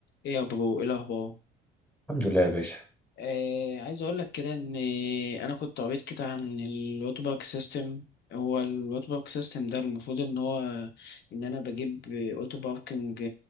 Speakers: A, on the left (about 55°); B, in the centre.
A: ايه يا بابا ايه الاخبار
B: الحمد لله يا باشا
A: آه عايز اقول لك كده ان انا كنت قريت كده عن الوات بارك سيستم هو الوات بارك سيستم ده المفروض ان هو ان انا بجيب اوتو باركنج